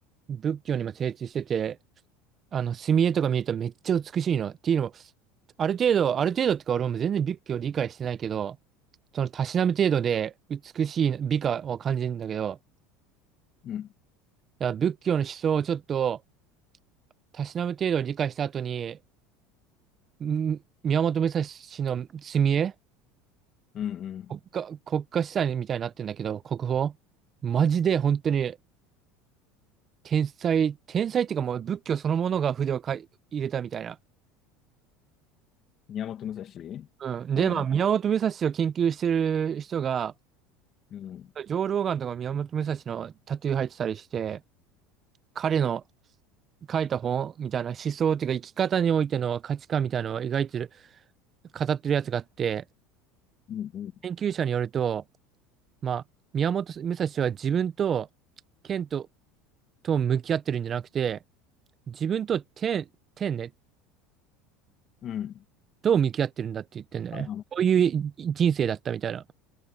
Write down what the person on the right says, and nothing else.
仏教にも精通してて、あの、墨絵とか見るとめっちゃ美しいの。っていうのある程度、ある程度ってか俺も全然仏教理解してないけど、そのたしなむ程度で美しい美化を感じるんだけど、
だから仏教の思想をちょっとたしなむ程度理解した後に、ん宮本武蔵の墨絵、
国家、国家資産みたいになってんだけど、国宝。マジで本当に天才、天才っていうかもう仏教そのものが筆をかい入れたみたいな。
うん。で、まあ、宮本武蔵を研究してる人が、
上老眼とか宮本武蔵のタトゥー入ってたりして、彼の書いた本みたいな思想っていうか生き方においての価値観みたいなのを描いてる、語ってるやつがあって、
研究者によると、まあ、宮本武蔵は自分と剣と、と向き合ってるんじゃなくて、自分と天、天ね、
と向き合ってるんだって言ってんだよね。
こういう人生だったみたいな。